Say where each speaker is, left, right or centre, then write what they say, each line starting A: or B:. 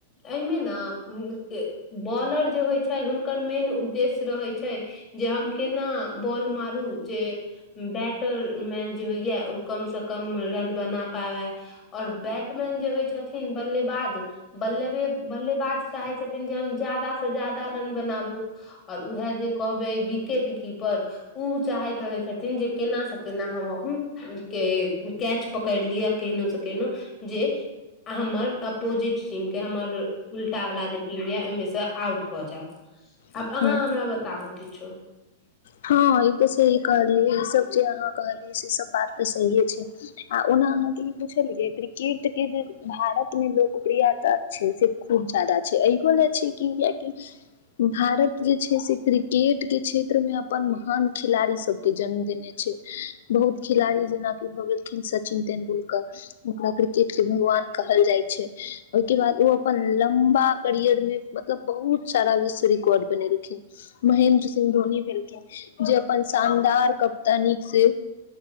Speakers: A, on the left; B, on the left.
A: एहिमे ने कि बॉलर जे होइ छै हुनकर मेन उद्देश्य रहैत छै जे हम केना बॉल मारू जे बैटमन जे होइय ओ कमसँ कम रन बना पाबै ओर बैटमैन जे होइ छथिन बल्लेबाज बल्लेबे बल्लेबाज चाहै छथिन जे हम जादा से ज्यादा रन बनाबू आओर उएह जे कहबै विकेट कीपर ओ चाहैत रहै छथिन जे केना से केना हम के कैच पकड़ लिअ केहनो से केहनो जे हमर अपोजिट टीम के हमर उल्टा वाला जे टीम ये ओहि मे से आउट भऽ जाउ
B: जाय
A: आब अहाँ हमरा बताबु किछो
B: हँ ई तऽ सही कहलियै ई सभ जे अहाँ कहलियै से सब बात तऽ सहिए छै आ ओना अहाँके ई पुछलियै क्रिकेटके जे भारतमे लोकप्रियता छै से खूब जादा छै इहो ले छै कि किएकि भारत जे छै से क्रिकेट के क्षेत्र मे अपन महान खिलाड़ी सब के जन्म देने छै बहुत खिलाड़ी जेनााकि भ गेलखिन सँ चिन तेन्दुलकर ओकरा क्रिकेट के भगवान कहल जाइ छै ओहिके बाद ओ अपन लम्बा करियर मे मतलब बहुत सारा विश्व रिकॉर्ड बनेलखिन महेन्द्र सिंह धोनी भेल जे अपन शानदार कप्तानी से